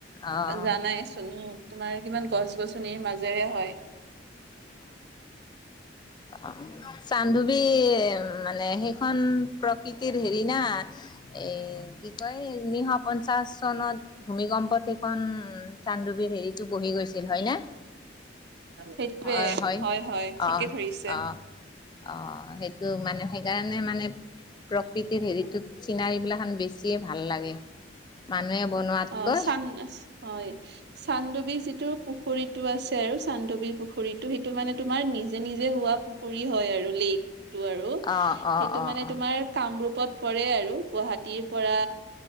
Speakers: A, on the left; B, on the right.
A: অ
B: জানাই চোন তোমাৰ কিমান গছ গছনিৰ মাজেৰে হয়।
A: আহঁ। চানধোৱী মানে সেইখন প্ৰকৃতিৰ হেৰি না এ কি কয় উনৈশ পঞ্চাশ চনত ভূমিকম্প শেষ এখন চানডুবি হেৰিতটো বহি গৈছিল হয় না?
B: সেইটোৱে
A: অ হয়
B: ঠিকে
A: অ
B: ধৰিছে
A: অ অ সেইটো মানে সেইকাৰণে মানে প্ৰকৃতিৰ হেৰিটোত চিনাৰী বিলাক বেছিয়ে ভাল লাগে মানুহে বনোৱাতকৈ
B: অ চান্ হয় চানডুবি যিটো পুখুৰীতটো আছে আৰু চান্দবীৰ পুখুৰীতটো সেইটো মানে তুমাৰ নিজে নিজে হোৱা পুখুৰী হয় আৰু লেকটো আৰু
A: অ অ
B: সেইটো
A: অ
B: মানে
A: অ
B: তোমাৰ কামৰূপ ত পৰে আৰু গুৱাহাটীৰ পৰা